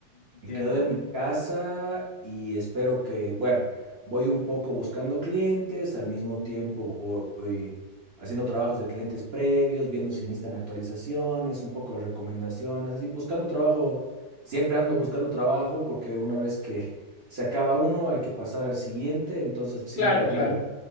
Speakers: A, on the left (about 55°); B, on the right (about 50°).
A: entiendo.
B: Me quedo en mi casa y espero que, bueno, voy un poco buscando clientes, al mismo tiempo voy haciendo trabajos de clientes previos, viendo si necesitan actualizaciones, un poco de recomendaciones, así, buscando trabajo, siempre ando buscando trabajo porque una vez que <laughs> se acaba uno hay que pasar al siguiente, entonces siempre
A: Claro,
B: ando
A: claro.